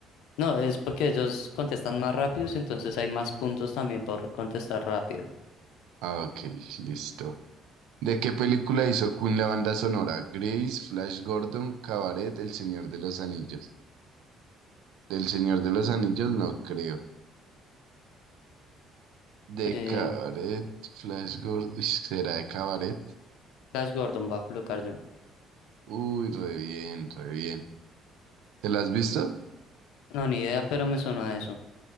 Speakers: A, on the left; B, on the right.
A: No, es porque ellos contestan más rápidos, entonces hay más puntos también por contestar rápido.
B: Ah, ok, listo. ¿De qué película hizo Queen la banda sonora? Grace, Flash Gordon, Cabaret, El Señor de los Anillos. Del Señor de los Anillos no creo. De
A: Eh,
B: Cabaret, Flash Gordon. Uy, ¿Será de Cabaret?
A: Flash Gordon va a colocar yo.
B: Uy, re bien, re bien. ¿Te la has visto?
A: No, ni idea, pero me sonó a eso.